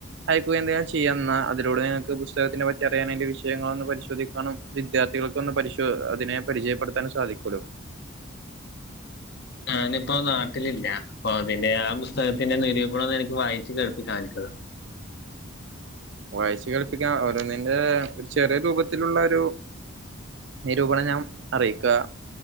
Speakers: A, on the right; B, on the left.
A: അയക്കുക എന്തെങ്കിലും ചെയ്യാ എന്നാ അതിലൂടെ നിങ്ങക്ക് പുസ്തകത്തിനെ പറ്റി അറിയാനും അതിൻ്റെ വിഷയങ്ങളൊന്ന് പരിശോധിക്കാനും വിദ്യാർ ത്ഥികൾക്കൊന്ന് പരിശോ അതിനെ പരിചയപ്പെടുത്താനും സാധിക്കുമല്ലോ
B: ഞാനിപ്പോ നാട്ടിലില്ല അപ്പൊ അതിന്റെ ആഹ് പുസ്തകത്തിന്റെ നിരൂപണം ഒന്നെനിക്ക് വായിച്ചു കേൾപ്പി <unintelligible>
A: വായിച്ചു കേൾപ്പിക്കാ ഓരോന്നിൻ്റെ ചെറിയ രൂപത്തിലുള്ള ഒരു നിരൂപണം ഞാൻ അറിയിക്കാ